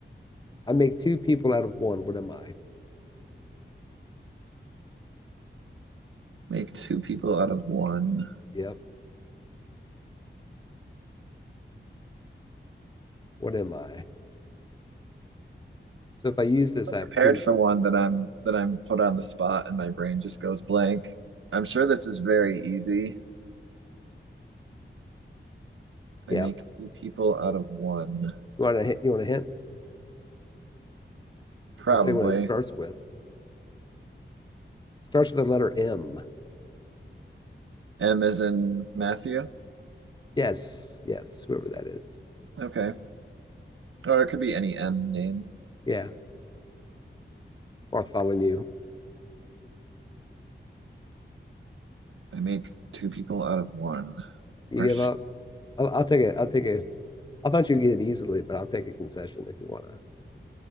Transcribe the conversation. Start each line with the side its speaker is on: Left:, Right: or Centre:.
Left: I make two people out of one. What am I?
Right: Make two people out of one.
Left: Yep. What am I? So if I use this,
Right: I'm
Left: I
Right: prepared
Left: have two
Right: for
Left: people.
Right: one that I'm that I'm put on the spot and my brain just goes blank. I'm sure this is very easy. I
Left: Yep.
Right: make two people out of one.
Left: You want a hint? You want a hint?
Right: Probably.
Left: I'll tell you what it starts with. It Starts with the letter M.
Right: M as in Matthew?
Left: Yes, yes, whoever that is.
Right: Okay. Or it could be any M name.
Left: Yeah, Bartholomew.
Right: I make two people out of one.
Left: You
Right: Or
Left: give up? I'll, I'll take it. I'll take it. I thought you'd get it easily, but I'll take a concession if you want to.